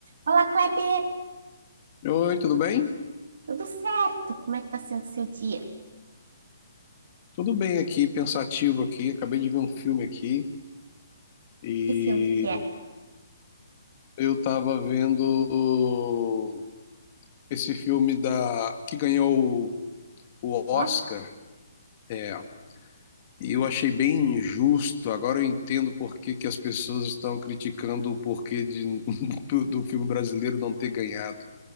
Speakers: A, on the right (about 55°); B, on the left (about 30°).
A: Olá, Kleber!
B: Oi, tudo bem?
A: Tudo certo? Como é que tá sendo o seu dia?
B: Tudo bem aqui, pensativo aqui. Acabei de ver um filme aqui e
A: Que filme que é?
B: eu tava vendo esse filme da que ganhou o o Oscar,
A: O Oscar?
B: é, e eu achei bem injusto. Agora eu entendo por que que as pessoas estão criticando o porquê de, <laughs> do, do filme brasileiro não ter ganhado.